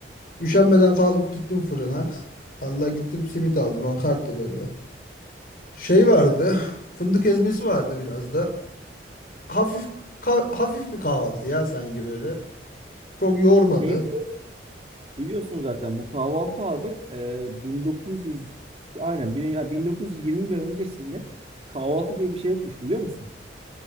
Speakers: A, on the left (about 50°); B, on the right (about 35°).
A: üşenmeden kalkıp gittim fırına. <laughs> Allah gittim simit aldım. Akardı böyle. Şey vardı. Fındık ezmesi vardı biraz da. hafif ka- hafif bir kahvaltı ya sanki böyle. Çok yormadı.
B: Şey biliyorsun, biliyorsun zaten bu kahvaltı abi e, 1900 aynen bir- ya 1920 ve öncesinde kahvaltı diye bir şey yokmuş biliyor musun?